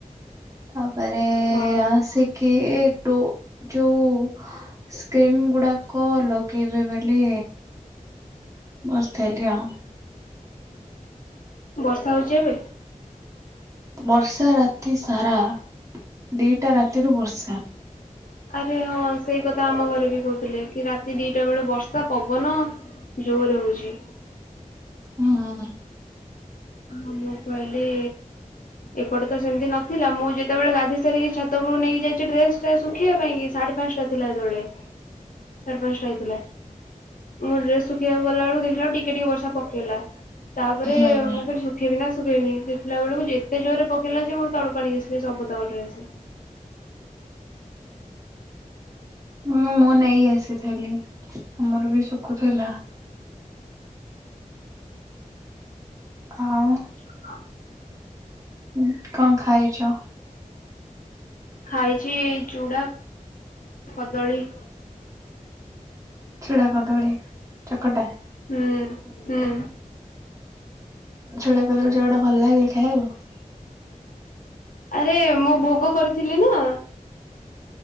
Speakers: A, on the right; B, on the left.
A: ତାପରେ
B: ହଁ।
A: ଆସି- କି ଟୁ ଯଉ ସ୍କ୍ରିନ୍ ଗୁଡାକ ଲଗେଇବେ ବୋଲି ବସିଥିଲି ଆଉ।
B: ବର୍ଷା ହଉଚି ଏବେ।
A: ବର୍ଷା ରାତି ସାରା ଦିଟା ରାତିରୁୁ ବର୍ଷା।
B: ଆରେ ହଁ ସେଇ କଥା ଆମ ଘରେ ବି କହୁଥିଲେ କି ରାତି ଦିଟା ବେଳୁ ବର୍ଷା ପବନ ଜୋରେ ହଉଚି।
A: ହୁଁ।
B: ଆଉ ମୁଁ କହିଲି। ଏପଟେ ତ ସେମିତି ନଥିଲା ମୁଁ ଯେତେବେଳେ ଗାଧେଇ ସାରିକି ଛାତ ଉପରକୁ ନେଇକି ଯାଇଛି ଡ୍ରେସ ଟା ଶୁଖିବା ପାଇଁ ସାଢେ ପାଞ୍ଚଟା ଥିଲା ଯେତେବେଳେ ସାଢେ ପାଞ୍ଚଟା ହେଇଥିଲା। ମଁ ଡ୍ରେସ ଶୁଖିବାକୁ ଗଲା ବେଳକୁ ଦେଖିଲା ଟିକେ ଟିକେ ବର୍ଷା ପକେଇଲା ତାପରେ
A: ହୁଁ।
B: ମୁଁ କହିଲି ଦେଖେଇବି ନା ଶୁଖେଇବି ଦେଖିଲା ବେଳକୁ ଯେତେ ଜୋରେ ପକେଇଲା ଯେ ମୁଁ ତଳକୁ ଆଣିକି ଆସିଲି ସବୁ ତକ ଡ୍ରେସ୍।
A: ହୁଁ ମୁଁ ନେଇ ଆସିଥିଲି ଆମର ବି ଶୁଖୁଥିଲା। ଆଉ।
B: <unintelligible>
A: ହୁଁ କଁ ଖାଇଚ?
B: ଖାଇଚି ଚୁଡ଼ା କଦଳୀ।
A: ଛୁଡା କଦଳୀ ଚକଟା।
B: ହୁଁ ହୁଁ।
A: ଚୁଡା କଦଳୀ ଚକଟା ଭଲ ଲାଗେ ଖାଇଆକୁ?
B: ଆରେ ମୁଁ ଭୋଗ କରିଥିଲି ନା।